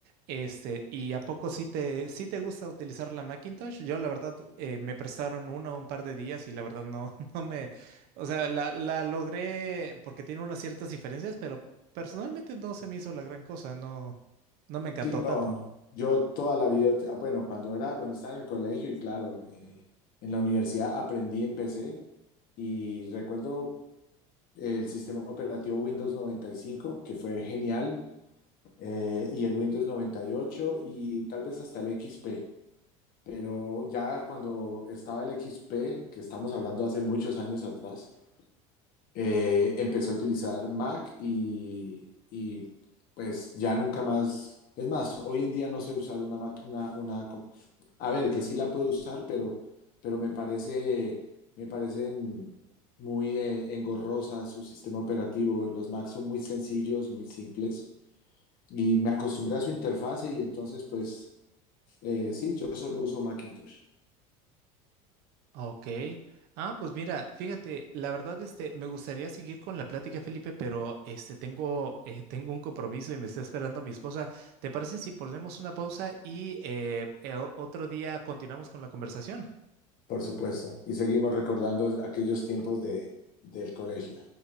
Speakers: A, on the right (about 60°); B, on the left (about 55°).
A: Este, ¿y a poco sí te, sí te gusta utilizar la Macintosh? Yo, la verdad, eh, me prestaron una o un par de días y la verdad no, <laughs> no me, o sea, la, la logré porque tiene unas ciertas diferencias, pero personalmente no se me hizo la gran cosa, no, no me encantó
B: Sí, no,
A: tanto.
B: yo toda la vida, ut- ah, bueno, cuando era, cuando estaba en el colegio y claro, eh, en la universidad aprendí en PC y recuerdo el sistema operativo Windows noventa y cinco que fue genial, eh, y el Windows 98 y ocho y tal vez hasta el XP, pero ya cuando estaba el XP, que estamos hablando hace muchos años atrás, eh, empecé a utilizar Mac y, y, pues ya nunca más. Es más, hoy en día no sé usar una Mac, una, una com- a ver, que sí la puedo usar, pero, pero me parece, me parecen muy eh, engorrosas su sistema operativo. Los Macs son muy sencillos, muy simples y me acostumbré a su interfase y entonces pues eh, sí, yo solo uso Macintosh,
A: Ok. Ah, pues mira, fíjate, la verdad, este, me gustaría seguir con la plática, Felipe, pero este, tengo, eh, <laughs> tengo un compromiso y me está esperando mi esposa. ¿Te parece si ponemos una pausa y eh, eh, o- otro día continuamos con la conversación?
B: por supuesto. Y seguimos recordando aquellos tiempos de, del colegio.